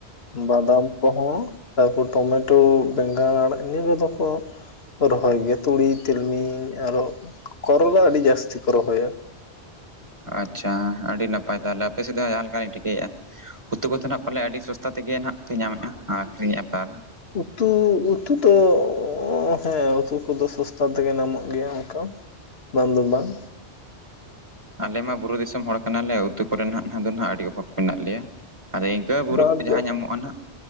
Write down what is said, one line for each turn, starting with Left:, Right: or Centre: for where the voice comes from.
Left: ᱵᱟᱫᱟᱢ ᱠᱚᱦᱚᱸ ᱛᱟᱨᱯᱚᱨ ᱴᱚᱢᱮᱴᱳ ᱵᱮᱸᱜᱟᱲ ᱤᱱᱟᱹ ᱠᱚᱫᱚ ᱠᱚ᱾ ᱨᱚᱦᱚᱭ ᱜᱮᱭᱟ ᱛᱩᱲᱤ ᱛᱤᱞᱢᱤᱧ ᱟᱨᱦᱚᱸ ᱠᱚᱨᱚᱞᱟ ᱟᱹᱰᱤ ᱡᱟᱹᱥᱛᱤ ᱠᱚ ᱨᱚᱦᱚᱭᱟ᱾
Right: ᱟᱪᱪᱷᱟ ᱟᱹᱰᱤ ᱱᱟᱯᱟᱭ ᱛᱟᱦᱚᱸᱞᱮ ᱟᱯᱮ ᱥᱮᱫ ᱦᱚᱸ ᱡᱟᱦᱟᱸ ᱞᱮᱠᱟ ᱞᱤᱧ ᱴᱷᱤᱠᱟᱹᱭᱮᱫ-ᱟ᱾ ᱩᱛᱩ ᱠᱚᱫᱚ ᱱᱟᱦᱟᱸᱜ ᱯᱟᱞᱮ ᱟᱹᱰᱤ ᱥᱚᱥᱛᱟ ᱛᱮᱜᱮ ᱱᱟᱦᱟᱸᱜ ᱯᱮ ᱧᱟᱢᱮᱫ-ᱟ ᱟᱹᱠᱷᱨᱤᱧᱮᱫ-ᱟ ᱯᱮ ᱟᱨ
Left: ᱩᱛᱩ ᱩᱛᱩ ᱛᱚ ᱦᱮᱸ ᱩᱛᱩ ᱠᱚ ᱫᱚ ᱥᱚᱥᱛᱟ ᱛᱮ ᱜᱮ ᱧᱟᱢᱚᱜ ᱜᱮᱭᱟ, ᱚᱝᱠᱟ ᱵᱟᱝ ᱫᱚ ᱵᱟᱝ,
Right: ᱟᱞᱮᱢᱟ ᱵᱩᱨᱩ ᱫᱤᱥᱚᱢ ᱦᱚᱲ ᱠᱟᱱᱟ ᱞᱮ ᱩᱛᱩ ᱠᱚᱨᱮ ᱫᱚ ᱱᱟᱜ ᱫᱚ ᱱᱟᱜ ᱟᱹᱰᱤ ᱚᱵᱷᱟᱵᱽ ᱢᱮᱱᱟᱜ ᱞᱮᱭᱟ, ᱟᱫᱚ ᱟᱹ ᱵᱩᱨᱩ
Left: ᱵᱟᱫ
Right: ᱡᱟᱦᱟᱸ ᱧᱟᱢᱚᱜᱼᱟ ᱱᱟᱜ,